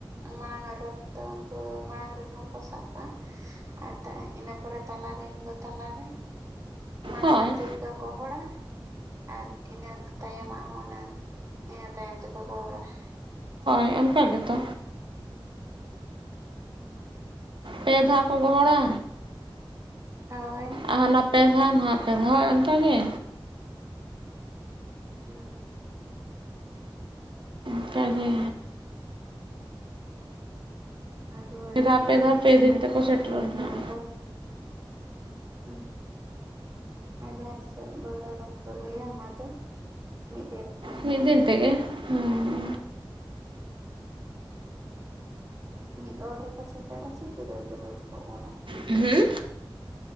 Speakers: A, on the right (about 35°); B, on the right (about 65°).
A: ᱢᱟᱲᱟᱝ ᱟᱜ ᱨᱚᱛ ᱫᱚ ᱩᱱᱠᱩ ᱢᱟᱲᱟᱝ ᱨᱮᱱ ᱦᱚᱲ ᱠᱚ ᱥᱟᱵ ᱠᱚᱣᱟ ᱾ ᱟᱨ ᱤᱱᱟᱹ ᱯᱚᱨᱮ ᱛᱟᱞᱟᱨᱮᱱ ᱫᱚ ᱛᱟᱞᱟᱨᱮ ᱢᱟᱲᱟᱝ
B: ᱦᱳᱭ
A: ᱟᱜ ᱛᱤᱨᱮ ᱠᱚ ᱜᱚᱦᱚᱲᱟ, ᱟᱨ ᱤᱱᱟᱹ ᱛᱟᱭᱚᱢᱟᱜ ᱦᱚᱸ ᱩᱱᱟ ᱱᱤᱭᱟᱹ ᱛᱟᱭᱚᱢ ᱛᱮᱠᱚ ᱜᱚᱦᱚᱲᱟ ᱾
B: ᱦᱮ ᱚᱱᱠᱟᱟᱜ ᱜᱮᱛᱚ, ᱯᱮ ᱫᱷᱟᱣ ᱠᱚ ᱜᱚᱦᱚᱲᱟ?
A: ᱦᱳᱭ
B: ᱟᱨ ᱦᱟᱱᱟ ᱯᱮ ᱫᱷᱟᱣ ᱱᱚᱣᱟ ᱯᱮ ᱫᱷᱟᱣ ᱚᱱᱠᱟᱜᱮ,
A: <unintelligible>
B: ᱮᱴᱟᱫ ᱜᱮ,
A: ᱟᱨ ᱨᱩᱣᱟᱹᱲ
B: ᱯᱮ
A: ᱡᱚᱠᱷᱚᱱ
B: ᱫᱷᱟᱣ ᱯᱮ ᱫᱷᱟᱣ
A: ᱫᱚ
B: ᱯᱮ ᱫᱤᱱ ᱛᱮᱠᱚ ᱥᱮᱴᱮᱨ
A: ᱢᱤᱫ
B: ᱨᱚᱜ
A: ᱫᱤᱱ
B: ᱦᱟᱸᱜ,
A: ᱨᱮᱠᱚ <unintelligible> ᱟᱨ ᱡᱟᱦᱟᱸ ᱛᱤᱥᱚᱜ ᱫᱟᱹᱶᱲᱟᱹ ᱨᱮᱠᱳ ᱞᱟᱹᱭᱟ ᱚᱱᱟ ᱫᱚ ᱢᱤᱫ ᱢᱮᱜ ᱨᱮ,
B: ᱢᱤᱫ ᱫᱤᱱ ᱛᱮᱜᱮ, ᱦᱩᱸ
A: ᱢᱤᱫ ᱚᱨ ᱨᱮᱠᱚ ᱥᱮᱴᱮᱨᱟ ᱥᱮ ᱡᱤᱛᱟᱹᱣ ᱡᱤᱨᱟᱹᱣ ᱛᱮᱠᱚ ᱚᱨᱟ?
B: ᱦᱩᱸ